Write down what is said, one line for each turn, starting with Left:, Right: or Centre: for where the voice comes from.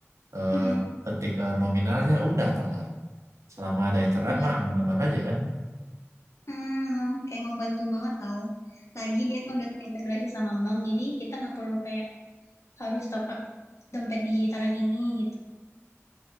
Right: eh
Left: Hmm,
Right: ketik eh, nominalnya udah kelar selama ada internet
Left: tuh
Right: mah aman-aman aja kan
Left: Hmm, kayak membantu banget tau Lagi dia kan udah terintegrasi sama bank, jadi kita nggak perlu kayak harus top up dompet digital yang ini gitu.